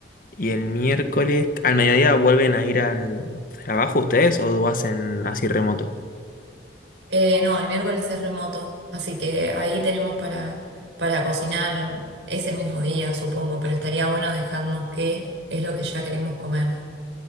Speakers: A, on the left; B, on the right.
A: Y el miércoles, ¿al mediodía vuelven a ir al trabajo ustedes o hacen así remoto?
B: Eh, no, el miércoles es remoto, así que ahí tenemos para, para cocinar ese mismo día, supongo, pero estaría bueno dejarnos qué es lo que ya queremos comer.